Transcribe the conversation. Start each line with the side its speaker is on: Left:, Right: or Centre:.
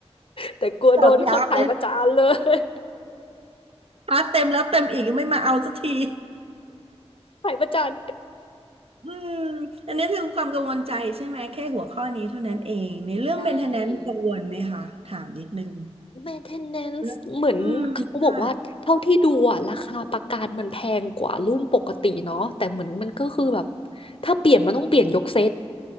Left: แต่กลัวโดนเขาถ่ายประจานเลย
Right: จอดยาวเลยชาร์จเต็มแล้วเต็มอีกยังไม่มาเอาสักที
Left: ถ่ายประจาน
Right: อืมอันนี้คือความกังวลใจใช่ไหมแค่หัวข้อนี้เท่านั้นเองในเรื่อง
Left: ใช่
Right: maintenance กังวลไหมคะถามนิดนึง
Left: maintenance
Right: นะอืมใช่
Left: เหมือนเขาบอกว่าเท่าที่ดูอ่ะราคาประกันมันแพงกว่ารุ่นปกติเนาะแต่เหมือนมันก็คือแบบถ้าเปลี่ยนมันต้องเปลี่ยนยกเซต